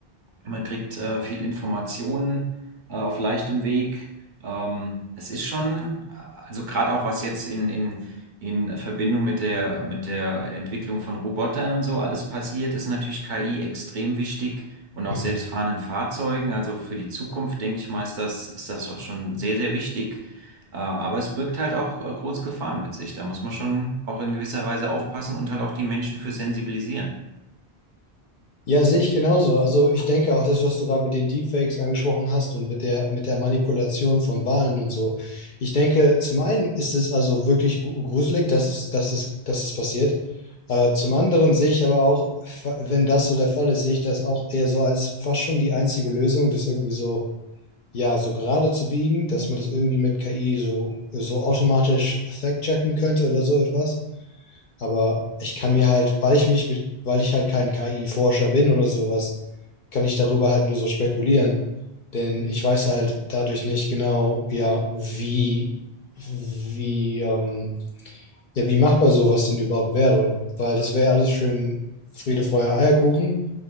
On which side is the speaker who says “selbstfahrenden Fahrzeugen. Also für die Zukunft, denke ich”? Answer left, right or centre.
Right